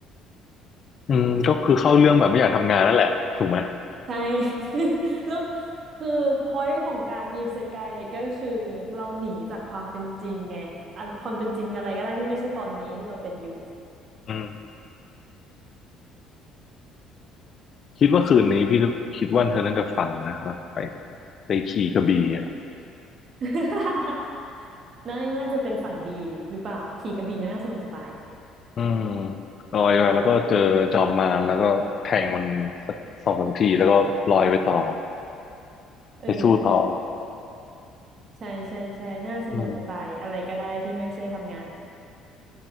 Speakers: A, on the left; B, on the right.
A: อืมก็คือเข้าเรื่องแบบไม่อยากทำงานนั่นแหละถูกไหม
B: ใช่ <laughs> แล้วคือพอยต์ของการอิเซไกก็คือเราหนีจากความเป็นจริงไงอันความเป็นจริงอะไรก็ได้ที่ไม่ใช่ตอนนี้ที่เราเป็นอยู่
A: อืมคิดว่าคืนนี้พี่คิดว่าเธอน่าจะฝันนะว่าไปไปขี่กระบี่อ่ะ
B: <laughs> น่าน่าจะเป็นฝันดีหรือเปล่าขี่กระบี่น่าสนุกจะตาย
A: อืมลอยไปแล้วก็เจอจอมมารแล้วก็แทงมันสักสองสามทีแล้วก็ลอยไปต่อ
B: เออ
A: ไปสู้ต่อ
B: ใช่ใช่ใช่น่าสนุกจะตายอะไรก็ได้ที่ไม่ใช่ทำงาน
A: อืม